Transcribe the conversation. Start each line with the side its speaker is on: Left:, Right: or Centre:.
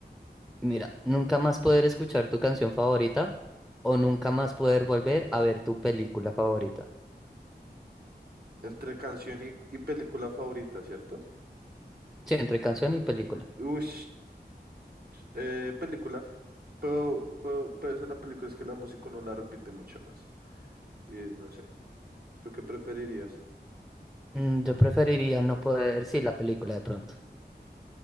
Centre: <laughs> Mira, nunca más poder escuchar tu canción favorita o nunca más poder volver a ver tu película favorita.
Right: Entre canción y, y película favorita, ¿cierto?
Centre: Sí, entre canción y película.
Right: Uy, eh, película. Pero, pero, pero esa es la película, es que la música no la repite mucho más. Y no sé, ¿tú qué preferirías?
Centre: Mm, yo preferiría no poder, sí, la película de pronto.